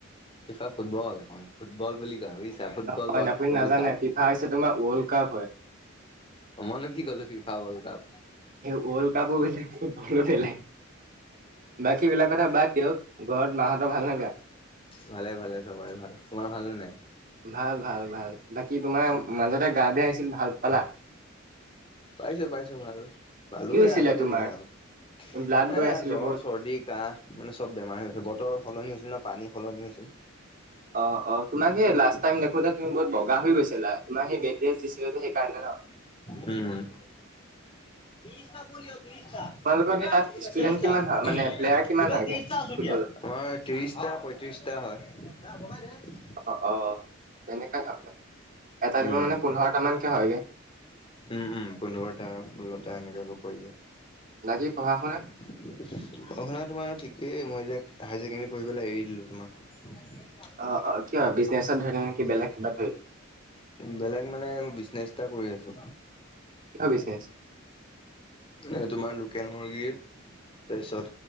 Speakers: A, on the left; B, on the right.
A: ফিফা ফুটবল এখন, ফুটবল বুলি কয় ভাবিছা, ফুটবল
B: হয়
A: ৱৰ্ড
B: আপুনি
A: ৱৰ্ল্ড
B: নাজানে
A: কাপ।
B: ফিফা হৈছে তোমাৰ ৱৰ্ল্ড কাপ হয়।
A: অ', মইনো কি ক'লো ফিফা ৱৰ্ল্ড কাপ।
B: সেই ৱৰ্ল্ড কাপো বেলেগ ফুটবলো বেলেগ। বাকীবিলাক কথা বাদ দিয়ক, ঘৰত মাহঁতৰ ভাল নে বেয়া।
A: ভালেই ভালেই, চবৰে ভাল। তোমাৰ ভালনে নাই?
B: ভাল ভাল ভাল, বাকী তোমাৰ মাজতে গা বেয়া হৈছিল ভাল পালা।
A: পাইছো পাইছো ভাল। পালো
B: কি হৈছিলে
A: সেই আগতেই
B: তোমাৰ?
A: বহুত আগতেই,
B: ব্লাড গৈ
A: এ এইয়া
B: আছিলে
A: জ্বৰ
B: বহুত
A: চৰ্দি। কাঁহ মানে চব বেমাৰ হৈ গছিল বতৰ সলনি হৈছিল ন পানী সলনি হৈছিল।
B: অ অ তোমাক সেই লাষ্ট টাইম দেখোতে তুমি বহুত বগা হৈ গৈছিলা তোমাৰ সেই ব্ৰেক ড্ৰেছ দিছিলে যে সেইকাৰণে ন?
A: উম। বিছটা পোৱালি হল ত্ৰিশটা
B: তোমালোকৰ
A: কেইটা
B: সেই তাত ষ্টুডেন্ট
A: ত্ৰিশটা
B: কিমান হয়
A: টোটেল
B: মানে
A: কেইটা
B: প্লেয়াৰ কিমান
A: টোটেল
B: হয়গে
A: ত্ৰিশটা আছো
B: ফুটবলৰ?
A: এতিয়া। আমাৰ ত্ৰিশটা পয়ত্ৰিশটা হয়।
B: অ অ তেনেকাই হয় মানে এটা দিমত
A: উম
B: মানে পোন্ধৰটা মানকে হয়গে।
A: উম উম পোন্ধৰটা ষোল্লটা এনেকাকো পৰি যায়।
B: বাকী পঢ়া শুনা?
A: পঢ়া শুনা তোমাৰ ঠিকেই মই যে হায়াৰ ছেকেণ্ডৰী পঢ়িবলে এৰি দিলো তোমাৰ
B: অ অ কিয় বিজনেছত ধৰিলে নেকি বেলেগ কিবা ধৰিলে?
A: বেলেগ মানে বিজনেছ এটা কৰি আছো।
B: কিহ বিজনেছ
A: এ তোমাৰ লোকেল মুৰ্গীৰ তাৰপিছত